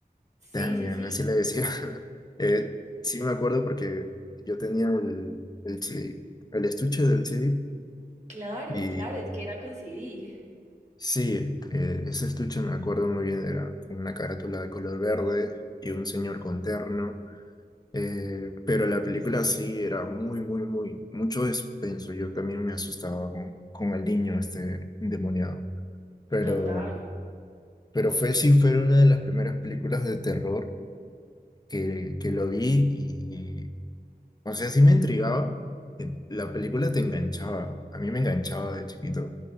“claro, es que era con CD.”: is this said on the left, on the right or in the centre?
Right